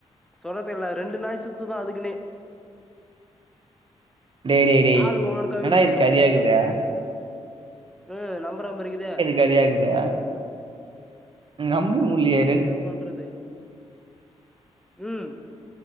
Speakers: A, in the centre; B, on the right.
A: சொல்ல தெர்ல ரெண்டு நாய் சுத்துதா அதுக்குன்னே
B: டே டே டேய்
A: ஆளுக்கு ஒவ்வொன்னு கவ்வின்னு
B: என்னடா இது கதையா இக்குது
A: உம் நம்பர மாறி இருக்குது
B: கதையா இக்குது உம் நம்பவே முல்லயே
A: என்னா பண்றது உம்